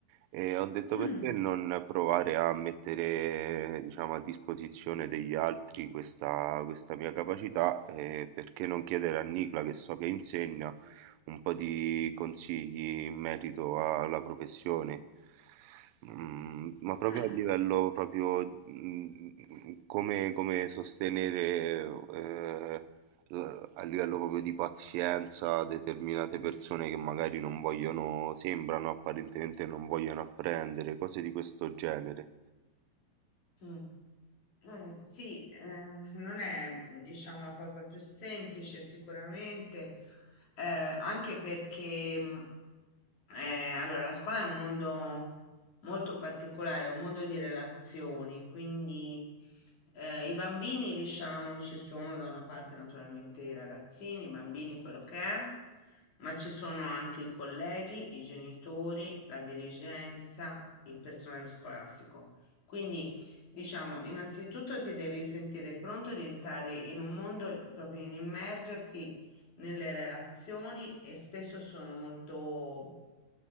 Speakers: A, on the right (about 85°); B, on the left (about 60°).
A: E ho detto
B: mh,
A: perché non provare a mettere, diciamo, a disposizione degli altri questa, questa mia capacità e perché non chiedere a Nicla, che so che insegna, un po' di consigli in merito alla professione. Mm, ma proprio
B: eh,
A: a livello proprio mm, come, come sostenere eh, eh, a livello proprio di pazienza, determinate persone che magari non vogliono, sembrano apparentemente non vogliono apprendere, cose di questo genere.
B: mh. Eh, sì, eh, non è, mm, diciamo, la cosa più semplice sicuramente, eh, anche perché, mm, eh, allora, la scuola è un mondo molto particolare, è un mondo di relazioni, quindi eh, i bambini, diciamo, ci sono da una parte naturalmente i ragazzini, i bambini, quello che è, ma ci sono anche i colleghi, i genitori, la dirigenza, il personale scolastico. Quindi Diciamo, innanzitutto ti devi sentire pronto di entrare in un mondo, proprio in immergerti nelle relazioni e spesso sono molto